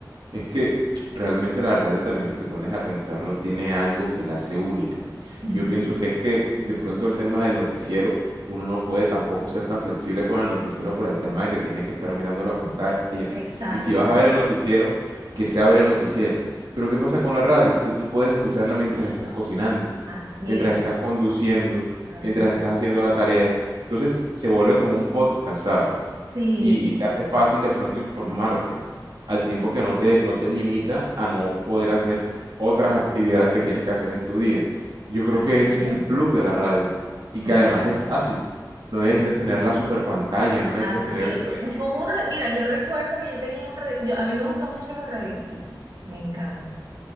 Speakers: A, on the right; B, on the right.
A: Es que realmente la radio también, si te pones a pensarlo, tiene algo que la hace única.
B: ujú,
A: Y yo pienso que es que de pronto el tema del noticiero, uno no puede tampoco ser tan flexible con el noticiero por el tema de que tiene que estar mirando la pantalla.
B: Exacto,
A: Y si vas a ver el noticiero, que sea ver el noticiero. Pero ¿qué pasa con la radio? Que tú puedes escucharla mientras estás cocinando,
B: así
A: mientras
B: es,
A: estás conduciendo,
B: así
A: mientras
B: es.
A: estás haciendo la tarea. Entonces se vuelve como un podcast, ¿sabes?
B: Sí,
A: y, y te
B: sí,
A: hace fácil de pronto informarte al tiempo que no te, no te limita a no poder hacer otras actividades que tienes que hacer en tu día. Yo creo
B: así
A: que eso
B: es,
A: es el plus de la radio y
B: sí
A: que
B: es
A: además
B: verdad,
A: es fácil. No necesitas tener la super pantalla, no necesitas
B: así
A: tener el super equipo.
B: es. Con un ra- Mira, yo recuerdo que yo tenía un radio, yo, a mí me gustan mucho los radiecitos, me encantan.